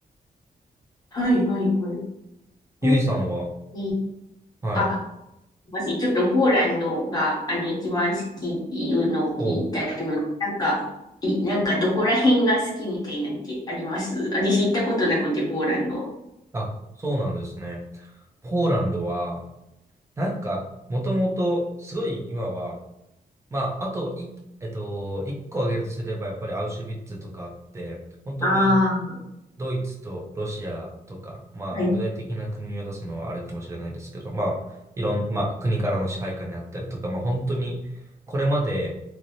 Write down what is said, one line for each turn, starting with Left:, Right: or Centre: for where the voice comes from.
Left: はい。はい。はい。お
Right: ゆいさんは、
Left: いい
Right: はい、
Left: あ、もし、ちょっとポーランドが、あの、一番好きっていうのを聞いたので、
Right: お、
Left: なんか、い、なんか、どこら辺が好きみたいなんてあります私行ったことなくて、ポーランド。
Right: あ、そうなんですね。ポーランドは、なんか、もともと、すごい今は、まあ、あとい、えっと、一個挙げるとすれば、やっぱりアウシュビッツとかあって、本当に
Left: ああ、
Right: ドイツとロシアとか、まあ、
Left: はい、
Right: 具体的な国を出すのはあれかもしれないですけど、まあ、いろん、まあ、国からの支配下にあったりとか、まあ、本当に、これまで